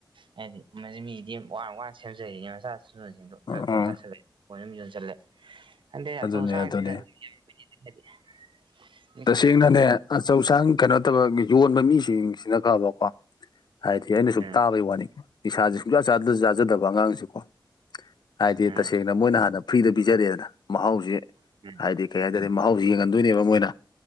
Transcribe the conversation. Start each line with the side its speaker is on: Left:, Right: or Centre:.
Right: ꯍꯥꯏꯗꯤ ꯃꯁꯤ ꯃꯤꯗꯤ ꯋꯥꯟ ꯋꯥꯟ ꯁꯦꯝꯖꯔꯤꯅꯦ ꯃꯁꯁꯤꯦ ꯁꯒꯨꯝꯕꯁꯤꯡꯗꯣ ꯑꯝꯇ
Left: ꯑꯣ
Right: ꯁꯨꯝ ꯆꯁꯤꯜꯂꯣꯏ ꯑꯗꯨ ꯌꯣꯟꯁꯤꯜꯂꯦ ꯑꯟꯗꯗꯤ ꯑꯆꯧ
Left: ꯑꯗꯨꯅꯦ
Right: ꯑꯁꯥꯡꯁꯤꯅ
Left: ꯑꯗꯨꯅꯦ
Right: ꯗꯤ ꯐ
Left: ꯇꯁꯦꯡꯅꯅꯦ ꯑꯆꯧ ꯑꯁꯥꯡ ꯀꯩꯅꯣ ꯇꯕ ꯌꯣꯟꯕ ꯃꯤꯁꯤꯡꯁꯤꯅ ꯈꯕꯀꯣ ꯍꯥꯏꯗꯤ ꯑꯩꯅ ꯁꯨꯝ
Right: ꯎꯝ
Left: ꯇꯥꯕꯩ ꯋꯥꯅꯤ ꯏꯁꯥꯥꯁꯦ ꯁꯨꯡꯌꯥ ꯆꯥꯖꯗꯕ ꯑꯉꯥꯡꯁꯦꯀꯣ ꯍꯥꯏꯗꯤ
Right: ꯎꯝ
Left: ꯇꯁꯦꯡꯅ ꯃꯣꯏꯅ ꯍꯥꯟꯅ ꯐ꯭ꯔꯤꯗ ꯄꯤꯖꯔꯑꯦꯗꯅ ꯃꯍꯥꯎꯁꯤꯦ
Right: ꯎꯝ
Left: ꯍꯥꯏꯗꯤ ꯀꯩ ꯍꯥꯏꯇꯥꯔꯦ ꯃꯍꯥꯎꯁꯤ ꯌꯦꯡꯍꯟꯗꯣꯏꯅꯦꯕ ꯃꯣꯏꯅ